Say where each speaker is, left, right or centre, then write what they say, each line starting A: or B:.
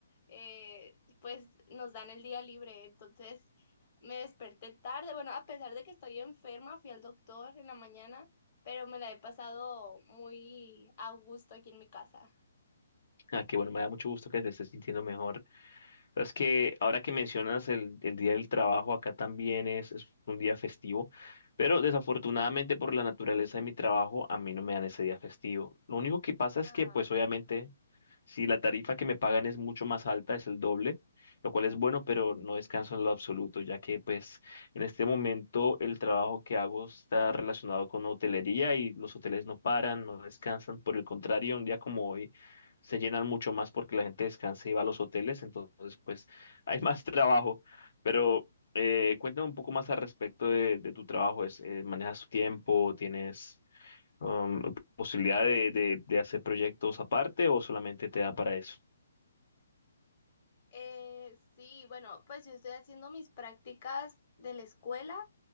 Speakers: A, on the left; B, on the left.
A: eh, pues nos dan el día libre. Entonces me desperté tarde. Bueno, a pesar de que estoy enferma, fui al doctor en la mañana, pero me la he pasado muy a gusto aquí en mi casa.
B: Ah, qué bueno, me da mucho gusto que te estés sintiendo mejor. Sabes que ahora que mencionas el, el día del trabajo, acá también es, es un día festivo, pero desafortunadamente por la naturaleza de mi trabajo, a mí no me dan ese día festivo. Lo único que pasa es
A: Ay.
B: que pues obviamente Si la tarifa que me pagan es mucho más alta, es el doble, lo cual es bueno, pero no descanso en lo absoluto, ya que pues en este momento el trabajo que hago está relacionado con hotelería y los hoteles no paran, no descansan. Por el contrario, un día como hoy se llenan mucho más porque la gente descansa y va a los hoteles, entonces pues hay más <laughs> trabajo. Pero eh, cuéntame un poco más al respecto de, de tu trabajo, es, eh, ¿manejas tu tiempo? ¿Tienes um, posibilidad de, de- de hacer proyectos aparte o solamente te da para eso?
A: Eh, sí, bueno, pues yo estoy haciendo mis prácticas de la escuela